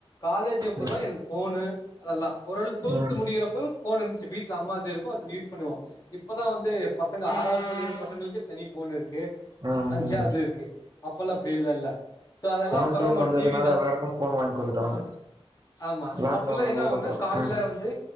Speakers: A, on the left; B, on the right.
A: காலேஜ் அப்போதா
B: ம்
A: எனக்கு போஃனு அதெல்லா ஒரு ஆள் ட்வெல்த்
B: ம்
A: முடிகிறப்ப போனு இன்ச்சு வீட்ல அம்மாது இருக்கும் அத யூஸ் பண்ணுவோம் இப்ப தான் வந்து பசங்க ஆறாவது படிக்குற பசங்களுக்கு தனி போன் இருக்கு
B: ம்
A: அஞ்சாது
B: ம்
A: இருக்கு அப்பல்லாம் அப்டி இல்லல சோ அதெல்லாம்
B: லாக்டவுன்
A: அப்பெல்லாம் நம்ம
B: வந்ததுனால
A: டிவி தான்
B: எல்லாருக்கு ஃபோன் வாங்கி குடுத்துட்டாங்க
A: ஆமா
B: லாக்டவுன்
A: அப்பெல்லாம்
B: வந்ததுக்கப்புறோ
A: எல்லாம் ஒன்னா கால்ல
B: ம்
A: வந்து